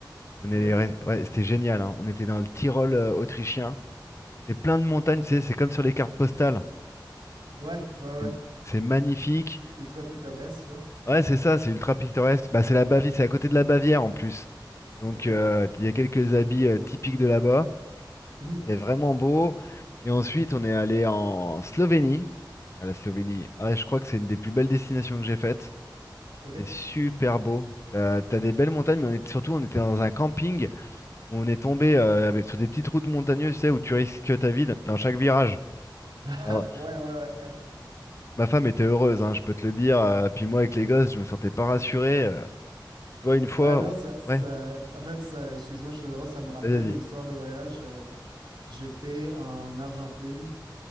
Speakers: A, on the left; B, on the right.
A: On est
B: OK.
A: allé- ouais, c'était génial. hein. On était dans le Tyrol euh, autrichien. C'est plein de montagnes, tu sais, c'est comme sur les cartes postales.
B: Ouais, ouais, ouais.
A: C'est c'est magnifique.
B: C'est ultra pittoresque, ça.
A: Ouais, c'est ça, c'est ultra pittoresque. Bah, c'est la Bavière, c'est à côté de la Bavière en plus. Donc,
B: OK.
A: euh, il y a quelques habits euh, typiques de là-bas.
B: Mhm.
A: C'est vraiment beau. Et ensuite, on est allé en Slovénie. À la Slovénie, Ah ouais, je crois que c'est une des plus belles destinations que j'ai faites.
B: OK.
A: C'est super beau. T'as, t'as des belles montagnes, mais on est, surtout, on était dans un camping où on est tombé euh, avec- sur des petites routes montagneuses, tu sais, où tu risques ta vie dans chaque virage.
B: <laughs>
A: Alors,
B: Ouais, ouais, ouais. euh,
A: <clears throat> Ma femme était heureuse, hein, je peux te le dire. euh, puis moi, avec les gosses, je me sentais pas rassuré. euh, Tu vois, une fois.
B: Ouais, non,
A: on-
B: ça, ça...
A: Ouais,
B: En fait, ça, excuse-moi, je suis drôle, ça me rappelle
A: vas-y, vas-y.
B: une histoire de voyage. euh, J'étais en Argentine,